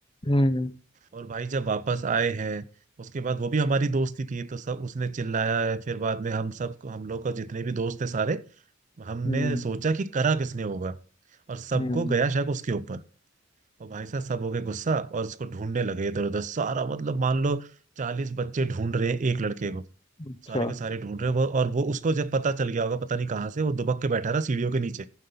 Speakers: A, on the left; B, on the right.
A: हम्म
B: और भाई जब वापस आए हैं उसके बाद वो भी हमारी दोस्ती थी तो सब उसने चिल्लाया है फिर बाद में हम सब हम लोग का जितने भी दोस्त थे सारे हमने
A: हम्म
B: सोचा कि करा किसने होगा और सबको
A: हम्म,
B: गया शक उसके ऊपर और भाई साहब सब हो गए गुस्सा और उसको ढूंढने लगे इधर उधर सारा मतलब मान लो चालीस बच्चे ढूंढ रहे हैं एक लड़के को
A: अच्छा
B: सारे के सारे ढूंढ रहे हैं वो और वो उसको जब पता चल गया होगा पता नहीं कहाँ से वो दुबक के बैठा रहा सीढ़ियों के नीचे